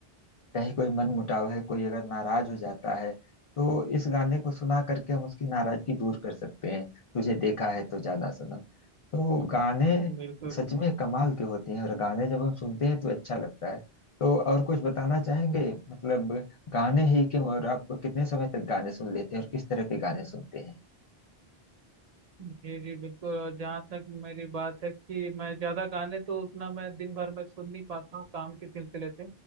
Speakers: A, on the left; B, on the right.
A: कहीं कोई मन मुटाव है कोई अगर नाराज हो जाता है तो इस गाने को सुना करके हम उसकी नाराजगी दूर कर सकते हैं तुझे देखा है तो जाना सनम तो गाने
B: बिल्कुल
A: सच में कमाल के होते हैं और गाने जब हम सुनते हैं तो अच्छा लगता है तो और कुछ बताना चाहेंगे मतलब गाने ही क्यों और आप कितने समय तक गाने सुन लेते हैं और किस तरह के गाने सुनते हैं
B: जी जी बिल्कुल और जहाँ तक मेरी बात है कि मैं ज़्यादा गाने तो उतना मैं दिन भर में सुन नहीं पाता हूँ काम के सिलसिले से